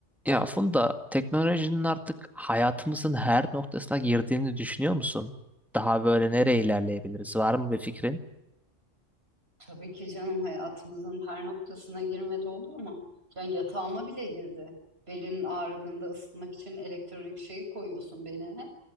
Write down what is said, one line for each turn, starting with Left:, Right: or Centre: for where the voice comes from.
Centre: Ya Funda, teknolojinin artık hayatımızın her noktasına girdiğini düşünüyor musun? Daha böyle nereye ilerleyebiliriz? Var mı bir fikrin?
Right: Tabii ki canım hayatımızın her noktasına girmedi olur mu? Yani yatağıma bile girdi. Belin ağrıdığında ısıtmak için elektronik şeyi koyuyorsun beline.